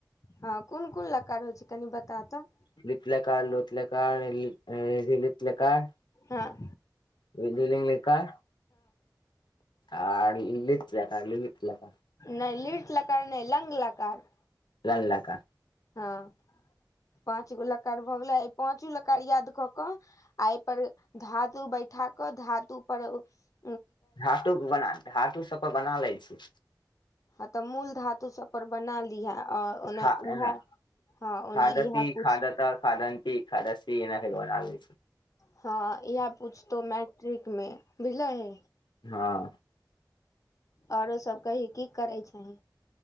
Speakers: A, on the left; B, on the left.
A: हां कुन-कुन लकार होय छै कनि बता ते।
B: लिट् लकार, लोट् लकार ली <unintelligible> लिट् लकार।
A: हां।
B: <unintelligible> लकार आर लिट् लकार लृलिट् लकार।
A: नै लिट् लकार नै लंग लकार।
B: लंग लकार।
A: हां पाँचगो लकार भ गेलै, इ पांचो ल कार याद क कऽ आ ए पर धातु बैठा कऽ धातु पर उ
B: धातु बला, धातु सब पे बना लै छी।
A: हां तऽ मूल धातु सब पर बना लिहे। आ
B: सिखा
A: ओना उएह
B: एना।
A: हँ ओना
B: खादति,
A: इएह पूछ
B: खादतः, खादन्ति, खादसि एना कैर के बनाबै छी।
A: हां इहाए पुछतौ मैट्रिक मे बुझलहि।
B: हां।
A: औरो सब कहि कि करै छहि।